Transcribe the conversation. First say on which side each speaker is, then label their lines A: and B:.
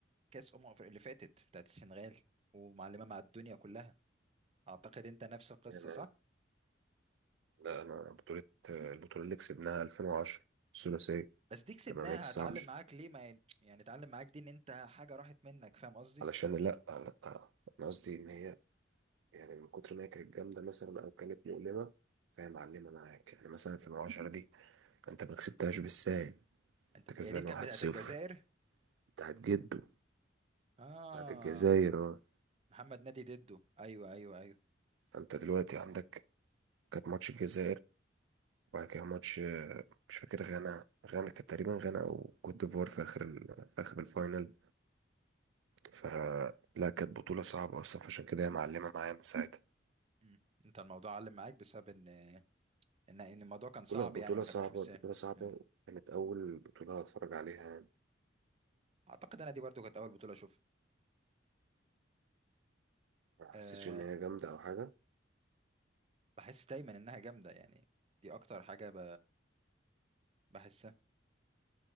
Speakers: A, on the right; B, on the right.
A: كاس امم أفريقيا اللي فاتت بتاعت السنغال ومعلمه مع الدنيا كلها اعتقد انت نفس القصه
B: يعني
A: صح
B: لا انا بطولة آه، البطولة اللي كسبناها 2010 الثلاثية
A: بس دي كسبناها
B: 8 19
A: اتعلم معاك ليه ما ي- يعني اتعلم معاك دي ان انت حاجه راحت منك فاهم قصدي
B: علشان لا لا انا قصدي ان هي يعني من كتر ما هي كانت جامدة مثلا او كانت مؤلمة فهي معلمة معاك يعني مثلا 2010 دي انت ما كسبتهاش بالساهل
A: انت
B: انت كسبان
A: هي دي كانت
B: واحد
A: بتاعت
B: صفر
A: الجزائر
B: بتاعت جده
A: اه
B: بتاعت الجزائر اه
A: محمد نادي ديدو ايوه ايوه ايوه
B: فانت دلوقتي عندك كانت ماتش الجزائر وبعد كده ماتش آه، مش فاكر غانا غانا كانت تقريبا غانا او كوت ديفوار في اخر ال... في اخر الفاينل فلا كانت بطولة صعبة اصلا فعشان كده هي معلمة معايا من ساعتها
A: مم. انت الموضوع علم معاك بسبب ان ان ان الموضوع كان صعب
B: بطولة بطولة
A: يعني ما
B: صعبة
A: خدناش بسهل
B: بطولة صعبة
A: مم.
B: كانت أول بطولة أتفرج عليها يعني
A: اعتقد انا دي برضو كانت اول بطوله اشوفها
B: ما حسيتش
A: أه
B: إن هي جامدة أو حاجة
A: بحس دايما انها جامده يعني دي اكتر حاجه ب... بحسها